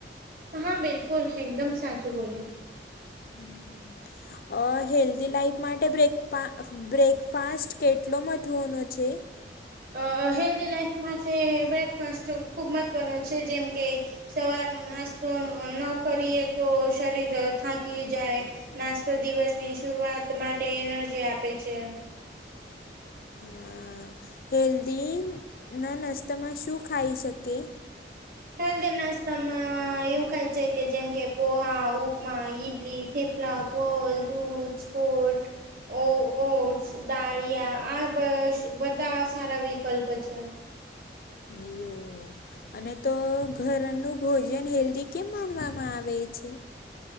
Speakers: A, on the right; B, on the left.
A: હા બિલકુલ એકદમ સાચું બોલી.
B: હમમ અ હેલ્ધી લાઈફ માટે બ્રેકપા બ્રેકફાસ્ટ કેટલો મહત્વનો છે?
A: અ હેલ્ધી લાઈફ માટે બ્રેકફાસ્ટ ખૂબ મહત્ત્વનો છે જેમ કે સવાર નો નાસ્તો ન કરીએ તો શરીર થાકી જાય. નાસ્તો દિવસની શરૂઆત માટે એનર્જી આપે છે.
B: હા હેલ્ધી ન નાસ્તા માં શું ખાઈ શકયે?
A: હેલ્ધી નાસ્તામાં એવું ખાય છે કે જેમ કે પોહા, ઉપમા, ઈડલી થેપલાં, ફલ, દૂધ, સ્પોટ ઓ ઓટ્સ દાળીયા આ બ બધા સારા વિકલ્પ છે.
B: લિયો અને તો ઘરનું ભોજન હેલ્ધી કેમ માનવામાં આવે છે?